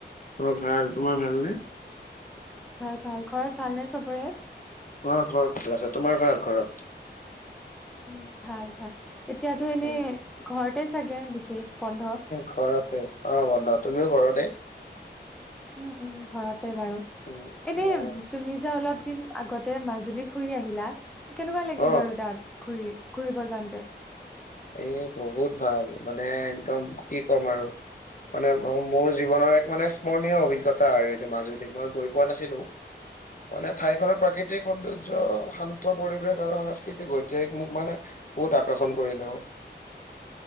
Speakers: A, on the left; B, in the centre.
A: অ ভাল। তোমাৰ ভালনে?
B: ভাল ভাল। ঘৰত ভালনে চবৰে?
A: হয় ঘৰত ভাল আছে। তোমাৰ ভাল ঘৰত?
B: উম ভাল ভাল। এতিয়াতো এনেই
A: উম
B: ঘৰতে চাগে বিশেষ বন্ধ
A: ঘৰতে, অ বন্ধ। তুমিও ঘৰতে?
B: উম উম ঘৰতে বাৰু,
A: উম
B: এনে
A: অ
B: তুমি যে অলপ দিন আগতে তাতে মাজুলী ফুৰি আহিলা, কেনেকুৱা লাগিল
A: অ
B: বাৰু তাত ঘুৰি-ঘুৰিব যাওঁতে?
A: এ বহুত ভাল মানে একদম কি কম আৰু। মানে মোৰ জীৱনৰ এক মানে স্মৰণীয় অভিজ্ঞতা আৰু এতিয়া মাজুলী। মই গৈ পোৱা নাছিলো। মানে ঠাইখনৰ প্ৰাকৃতিক সৌন্দৰ্য শান্ত, পৰিৱেশ আৰু সাংস্কৃতিক ঐতিহাসিক মোক মানে বহুত আকৰ্ষণ কৰিলে অ।